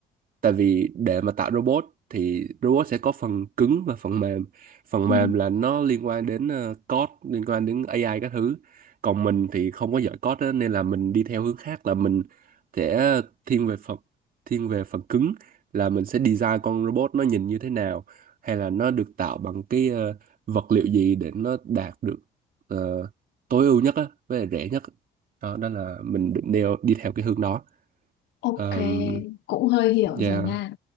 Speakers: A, on the right; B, on the left.
A: tại vì để mà tạo robot thì robot sẽ có phần cứng và phần mềm phần
B: ừ.
A: mềm là nó liên quan đến ờ, code liên quan đến AI các thứ còn mình thì không có giỏi code á, nên là mình đi theo hướng khác là mình sẽ thiên về phần thiên về phần cứng là mình sẽ design con robot nó nhìn như thế nào hay là nó được tạo bằng cái ờ, vật liệu gì để nó đạt được ờ, tối ưu nhất á với lại rẻ nhất đó, đó là mình định đeo đi theo cái hướng đó
B: Ok,
A: um,
B: cũng hơi hiểu
A: yeah
B: rồi nha.